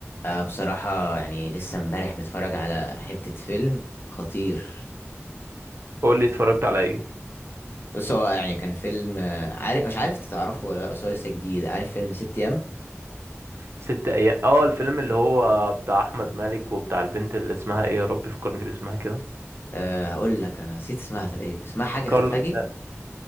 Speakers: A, on the left (about 45°); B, on the right (about 55°).
A: آه بصراحة يعني لسه امبارح متفرج على حتة فيلم خطير
B: قول لي اتفرجت على ايه
A: بص هو يعني كان فيلم آه، عارف مش عارف تعرفه ولا لا بس هو لسه جديد عارف فيلم ست أيام
B: ست ايام اه الفيلم اللي هو بتاع احمد مالك وبتاع البنت اللي اسمها ايه يا رب فكرني باسمها كده
A: أه هقول لك أنا نسيت اسمها تقريبا اسمها حاجة
B: كارلا
A: خفاجي
B: س...